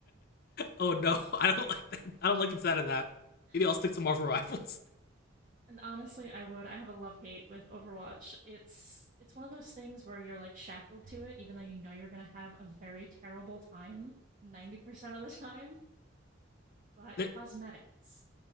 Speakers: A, on the left; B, on the right.
A: oh no, I don't like that. I don't like the sound of that. Maybe
B: <laughs>
A: I'll stick to Marvel Rivals.
B: and honestly, I would. I have a love hate with Overwatch. It's it's one of those things where you're like shackled to it, even though you know you're gonna have a very terrible time ninety percent of the time. But
A: <laughs> oh
B: cosmetics